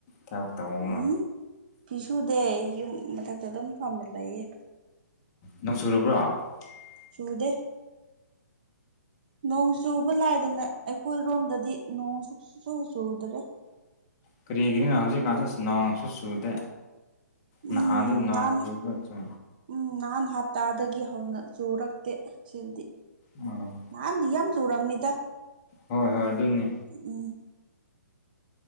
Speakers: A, on the left; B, on the right.
A: ꯊꯕꯛ ꯇꯧꯕ ꯑꯃ
B: ꯎꯝ ꯐꯤꯁꯨꯗꯦ ꯌꯨꯝ ꯃꯊꯛꯇ ꯑꯗꯨꯝ ꯄꯝꯕ ꯂꯩꯌꯦ
A: ꯅꯣꯡ <unintelligible>
B: ꯆꯨꯗꯦ ꯅꯣꯡ ꯆꯨꯕ ꯂꯥꯏꯗꯅ ꯑꯩꯈꯣꯏꯔꯣꯝꯗꯗꯤ ꯅꯣꯡ ꯁꯨ ꯆꯨꯗ꯭ꯔꯦ
A: ꯀꯔꯤꯒꯤꯅꯤꯅꯣ ꯍꯧꯖꯤꯛꯀꯥꯟꯁꯤꯦ ꯅꯣꯡꯁꯨ ꯆꯨꯗꯦ
B: ꯎꯝ
A: ꯅꯍꯗ ꯅ
B: ꯅꯍꯥꯟ
A: ꯇ ꯆ
B: ꯎꯝ ꯅꯍꯥꯟ ꯍꯞꯇꯥꯗꯒꯤ ꯍꯧꯅ ꯆꯨꯔꯛꯇꯦ ꯁꯤꯗꯤ
A: ꯎꯝ
B: ꯅꯍꯥꯟꯗꯤ ꯌꯥꯝ ꯆꯨꯔꯝꯃꯤꯗ
A: ꯍꯣꯏ ꯍꯣꯏ ꯑꯗꯨꯅꯤ
B: ꯎꯝ